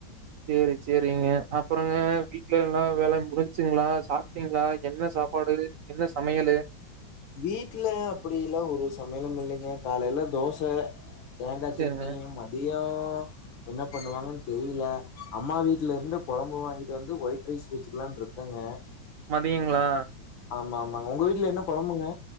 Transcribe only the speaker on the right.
சேரி சேரிங்க அப்பறங்க வீட்ல எல்லா வேலையு முடிஞ்சிங்களா சாப் டீங்களா என்ன சாப்பாடு என்ன சமையலு
சேரிங்க.
மதியங்களா